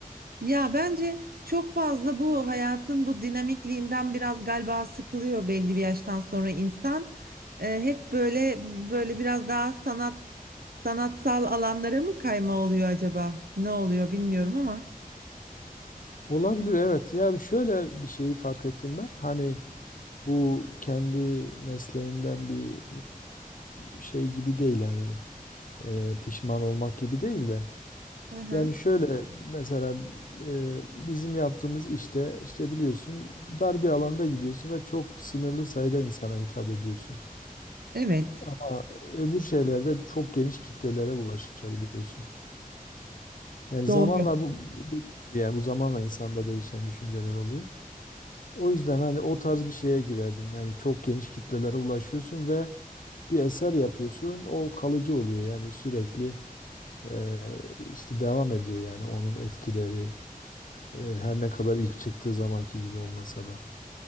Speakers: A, on the right; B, on the left.
A: Ya bence çok fazla bu hayatın bu dinamikliğinden biraz galiba sıkılıyor belli bir yaştan sonra insan. Ee, hep böyle böyle biraz daha sanat sanatsal alanlara mı kayma oluyor acaba? Ne oluyor bilmiyorum ama.
B: Olabilir evet. Ya şöyle bir şeyi fark ettim ben. Hani bu kendi mesleğimden bir e, şey gibi değil hani e, pişman olmak gibi değil de
A: Hı hı.
B: Yani şöyle mesela e, bizim yaptığımız işte işte biliyorsun dar bir alanda gidiyorsun ve çok sınırlı sayıda insana hitap ediyorsun.
A: Evet.
B: Ama öbür şeylerde çok geniş kitlelere ulaşabiliyorsun. Yani zamanla
A: Doğru.
B: bu bu dediğim gibi yani bu zamanla insanda değişen düşünceler oluyor. O yüzden hani o tarz bir şeye girerdim. Yani çok geniş kitlelere ulaşıyorsun ve bir eser yapıyorsun. O kalıcı oluyor yani sürekli e, işte devam ediyor yani onun etkileri E, her ne kadar ilk çıktığı zamanki gibi olmasa da.